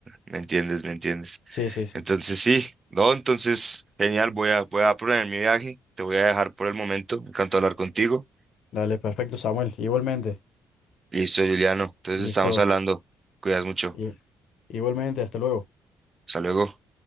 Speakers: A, on the right; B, on the left.
A: me entiendes, me entiendes.
B: Sí, sí, sí.
A: Entonces sí, no, entonces genial, voy a, voy a poner mi viaje, te voy a dejar por el momento, me encantó hablar contigo.
B: Dale, perfecto, Samuel. Igualmente.
A: Listo, Juliano. Entonces
B: Listo.
A: estamos hablando. Cuidas mucho.
B: I- igualmente, hasta luego.
A: Hasta luego.